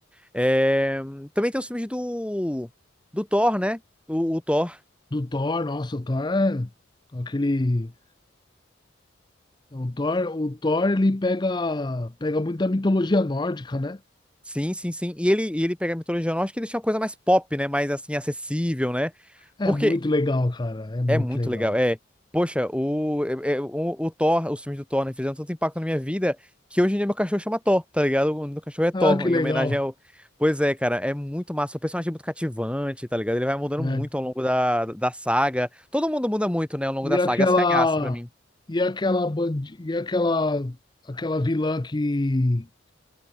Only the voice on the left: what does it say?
Do Thor, nossa, o Thor é aquele. O Thor, o Thor, ele pega, pega muito da mitologia nórdica, né?
É
muito legal, cara. É muito
legal.
Ah, que
legal.
É,
E
aquela
e aquela bandi, e aquela aquela vilã que